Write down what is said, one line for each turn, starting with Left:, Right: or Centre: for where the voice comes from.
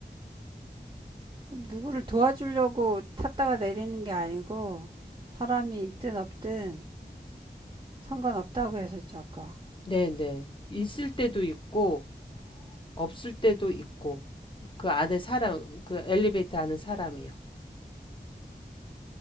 Right: 누구를 도와주려고 탔다가 내리는 게 아니고 사람이 있든 없든 상관없다고 했었죠, 아까.
Left: 네, 네. 있을 때도 있고 없을 때도 있고 그 안에 사람 그 엘리베이터 안에 사람이요.